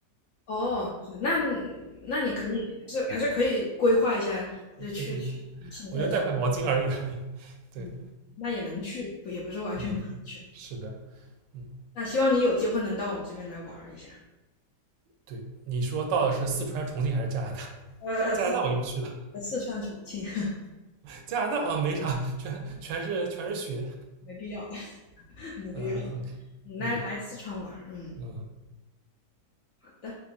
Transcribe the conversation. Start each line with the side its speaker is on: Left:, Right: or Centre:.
Left: 哦，是那那你可以是还是可以规划一下，呃，去去重庆或者
Right: 对对对，我就带块毛巾而已而已。<laughs> 对，
Left: 嗯，那也能去，也不是完全不能去。
Right: 嗯，是的。嗯。
Left: 那希望你有机会能到我们这边来玩儿一下，
Right: 对，你说到的是四川、重庆还是加拿大？
Left: 呃，
Right: 加拿大我就不去了，
Left: 四呃四川重庆 <laughs>
Right: 加拿大好像没啥，全全是全是雪。
Left: 没必要，<laughs> 没必要，
Right: 嗯，OK，
Left: 你来来四川玩儿嗯，
Right: 嗯嗯，
Left: 好的。